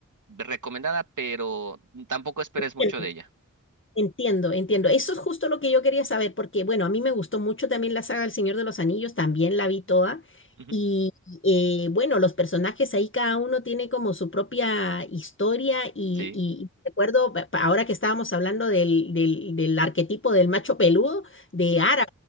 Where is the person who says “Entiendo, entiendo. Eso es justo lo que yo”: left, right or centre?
Left